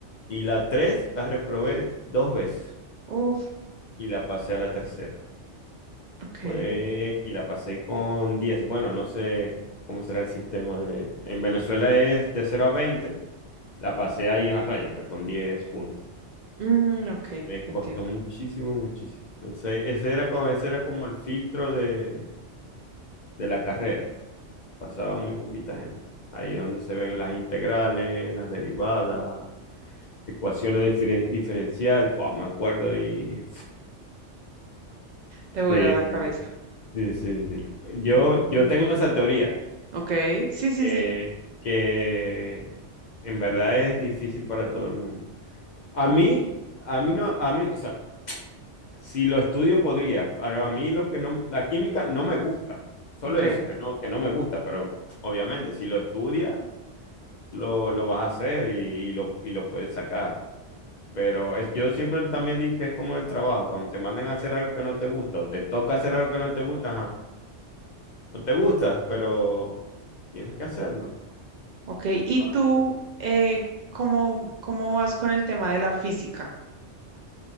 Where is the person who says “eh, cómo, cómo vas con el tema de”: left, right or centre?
Right